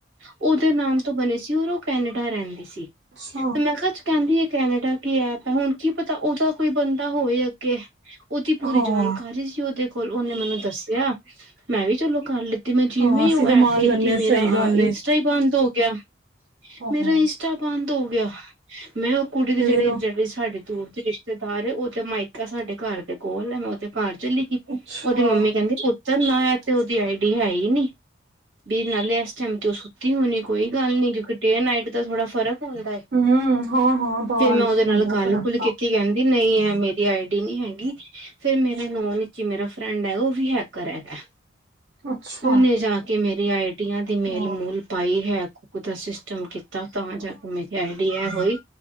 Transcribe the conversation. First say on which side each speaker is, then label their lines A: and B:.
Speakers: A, on the right; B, on the right.
A: ਉਹਦੇ ਨਾਮ ਤੋਂ ਬਣੇ ਸੀ, ਔਰ ਉਹ ਕੈਨੇਡਾ ਰਹਿੰਦੀ ਸੀ।
B: ਅੱਛਾ
A: ਤੇ ਮੈਂ ਕਿਹਾ ਚ ਕਹਿੰਦੀ ਐ, ਕੈਨੇਡਾ ਕੀ ਐਪ ਐ। ਹੁਣ ਕੀ ਪਤਾ ਉਹਦਾ ਕੋਈ ਬੰਦਾ ਹੋਏ ਅੱਗੇ? ਉਹਦੀ ਪੂਰੀ
B: ਹਾਂ
A: ਜਾਣਕਾਰੀ ਸੀ ਉਹਦੇ ਕੋਲ ਉਹਨੇ ਮੈਨੂੰ ਦੱਸਿਆ ਮੈਂ ਵੀ ਚਲੋ ਕਰ ਲਿੱਤੀ ਮੈਂ ਜਿਵੇਂ
B: ਹਾਂ ਅਸੀਂ
A: ਉਹ
B: ਵੀ
A: ਐਪ
B: ਮੰਨ
A: ਕੀਤੀ
B: ਲੈਂਦੇ
A: ਮੇਰਾ
B: ਹਾਂ ਸਹੀ ਗੱਲ
A: ਇਨ
B: ਏ
A: ਬੰਦ ਹੋ ਗਿਆ।
B: ਹੋ-ਹੋ
A: ਮੇਰਾ ਇੰਸਟਾ ਬੰਦ ਹੋ ਗਿਆ। ਮੈਂ ਕੁੜੀ ਦੀ
B: ਫੇਰ
A: ਜਿਹੜੀ ਜਿਹੜੀ ਸਾਡੇ ਦੂਰ ਦੇ ਰਿਸ਼ਤੇਦਾਰ ਉਹ ਤੇ ਮਾਇਕਾ ਆ ਸਾਡੇ ਘਰ ਦੇ ਕੋਲ ਆ ਮੈਂ ਉਹਦੇ ਘਰ ਚਲੀ ਗੀ
B: ਅੱਛਾ
A: ਉਹਦੀ ਮੰਮੀ ਕਹਿੰਦੀ ਨਾ ਇਹ ਤੇ ਉਹਦੀ ਆਈਡੀ ਹੈ ਈ ਨ, ਵੀ ਨਾਲੇ ਇਸ ਟਾਈਮ ਤੇ ਉਹ ਸੁੱਤੀ ਹੋਣੀ। ਕੋਈ ਗੱਲ ਨਹੀਂ ਕਿ ਡੇ ਨਾਈਟ ਦਾ ਥੋੜਾ ਫਰਕ ਹੁੰਦਾ ਏ।
B: ਹੂੰ ਹਾਂ-ਹਾਂ ਬਾਰਿਸ਼
A: ਫਿਰ ਮੈਂ ਉਹਦੇ ਨਾਲ
B: ਹੁੰਦਾ
A: ਗੱਲ-ਗੁੱਲ
B: ਫਰਕ ਤਾਂ
A: ਕੀਤੀ। ਕਹਿੰਦੀ ਨਹੀਂ ਐ ਮੇਰੀ ਆਈ ਡੀ ਨੀ ਹੈਗੀ ਫੇਰ ਮੈਂ ਮੇਰੇ ਨੋਂਨ ਚ ਈ ਮੇਰਾ ਫਰੈਂਡ ਹੈ ਉਹ ਵੀ ਹੈਕਰ ਹੈਗੈ
B: ਅੱਛਾ
A: ਉਨੇ ਜਾ ਕੇ ਕਿ ਮੇਰੀ ਆਈਡੀਆਂ ਦੀ ਮੇਲ
B: ਹਾਂ
A: ਮੂਲ ਪਾਈ ਹੈ ਓਦਾ ਸਿਸਟਮ ਕੀਤਾ ਤਾਂ ਜਾ ਕੇ ਮੇਰੀ ਆਈ ਡੀ ਆ ਓਹੀ